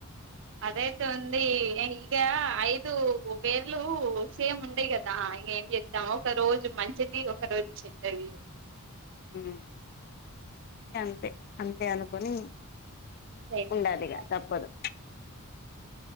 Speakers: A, on the right; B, on the left.
A: అదైతే ఉంది, ఇక ఐదు వేళ్ళు సేమ్ ఉండియి కదా ఇక ఏం చెద్దాము ఒక రోజు మంచిది ఒక రోజు చెద్దది
B: ఉ అంతే అంతే అనుకుని
A: సైలెంట్
B: ఉండదు
A: ఉండాలి
B: ఇక తప్పదు